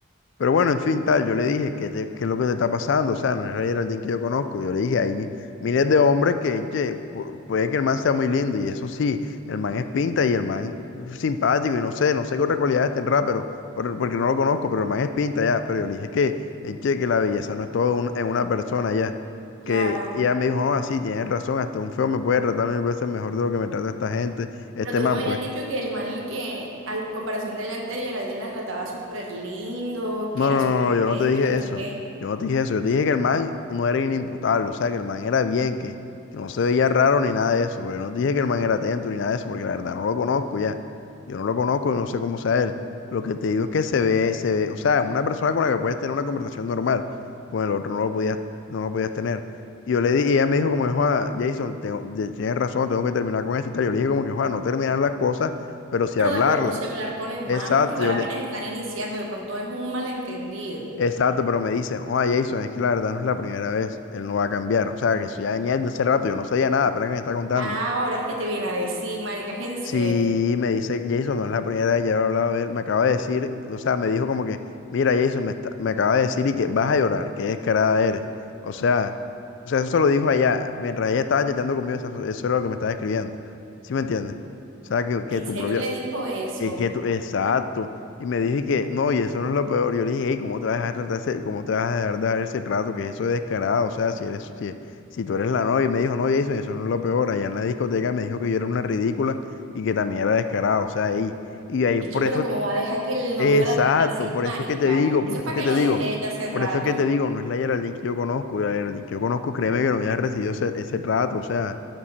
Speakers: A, on the left; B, on the right.
A: pero bueno, en fin, tal, yo le dije que, te- que es lo que te está pasando, o sea, no es Ray Geraldine que yo conozco, yo le dije, hay miles de hombres que, che, pu- puede que el man sea muy lindo, y eso sí, el man es pinta y el man es simpático, y no sé, no sé qué otras cualidades tendrá, pero, por- porque no lo conozco, pero el man es pinta ya, pero yo le dije que, eh, che, que la belleza no es todo un- en una persona ya, que
B: Claro,
A: y ella me dijo, no, así, tienes razón, hasta un feo me puede tratar mil veces mejor de lo que me trata esta gente, este
B: pero tú
A: man,
B: no me habías
A: pues.
B: dicho que el man el que al comparación de la de Geraldine la trataba súper lindo,
A: No,
B: que era
A: no,
B: súper
A: no, no, yo
B: atento,
A: no te dije
B: que no
A: eso.
B: sé qué,
A: Yo no te dije eso. Yo te dije que el man no era inimputable, o sea, que el man era bien, que, que no se veía raro ni nada de eso. Pero yo no te dije que el man era atento ni nada de eso, porque la verdad no lo conozco ya. Yo no lo conozco y no sé cómo sea él. Lo que te digo es que se ve, se ve, o sea, es una persona con la que puedes tener una conversación normal. Con el otro no lo podías, no lo podías tener. Y yo le di, y ella me dijo como, Juan, Jason, tengo- de- tienes razón, tengo que terminar con esto y tal". Yo le dije como que, Juan, no terminar las cosas, pero sí
B: pero
A: hablarlas.
B: de pronto sí hablar con el
A: Exacto,
B: man porque igual
A: yo
B: apenas
A: le,
B: están iniciando, de pronto es un malentendido.
A: Exacto, pero me dicen, oh, Jason, es que la verdad no es la primera vez, él no va a cambiar. O sea, que eso ya venía desde hace rato, yo no sabía nada, apenas que me está contando.
B: Ah, ahora es que te viene a decir, marica, es en serio.
A: Sí, me dice, Jason, no es la primera vez, ya he hablado de él, me acaba de decir, o sea, me dijo como que, mira, Jason, me, está- me acaba de decir y que vas a llorar, que descarada eres. O sea, o sea, eso se lo dijo allá, mientras ella estaba chateando conmigo, eso, eso era lo que me estaba escribiendo. ¿Sí me entiendes? O sea, que, que
B: En
A: tu
B: serio
A: propio,
B: le dijo eso.
A: y que tú, exacto. Y me dije que, no, y eso no es lo peor. Yo le dije, hey, ¿cómo te vas a dejar tratar ese, cómo te vas a dejar dar ese trato? Que eso es descarado. O sea, si eres, si, si tú eres la novia. Y me dijo, no, Jason, eso no es lo peor. Allá en la discoteca me dijo que yo era una ridícula y que también era descarado. O sea, ey. Y ahí,
B: Eche,
A: por
B: pero
A: esto,
B: ¿cómo va a dejar que el novio
A: exacto,
B: la trate así,
A: por
B: marica?
A: esto es que te digo,
B: Eso
A: por esto
B: es para
A: es que
B: que
A: te
B: lo
A: digo,
B: deje desde hace
A: por
B: rato.
A: esto es que te digo, no es la Geraldine que yo conozco. La Geraldine que yo conozco, créeme que no había recibido ese, ese trato. O sea.